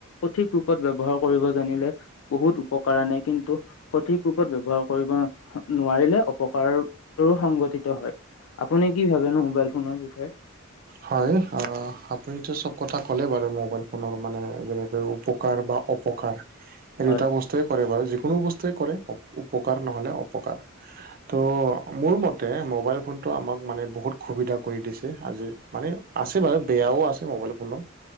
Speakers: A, on the left; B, on the right.
A: সঠিক ৰূপত ব্যৱহাৰ কৰিব জানিলে বহুত উপকাৰ আনে কিন্তু সঠিক ৰূপত ব্যৱহাৰ কৰিব নোৱাৰিলে, অপকাৰৰো সংঘটিত হয়। আপুনি কি ভাবেনো মোবাইল ফোনৰ বিষয়ে?
B: হয় অ'। আপুনিতো চব কথা ক'লেই বাৰু মোবাইল ফোনৰ মানে যেনেকৈ উপকাৰ বা অপকাৰ। এই
A: হয়,
B: দুটা বস্তুৱে কৰে বাৰু যিকোনো বস্তুৱে কৰে। উপকাৰ নহলে অপকাৰ। ত'
A: হয়,
B: মোৰ মত মোবাইল ফোন টো আমাক মানে বহুত সুবিধা কৰি দিছে, আজি মানে আছে বাৰু বেয়াও আছে, ম'বাইল ফোনত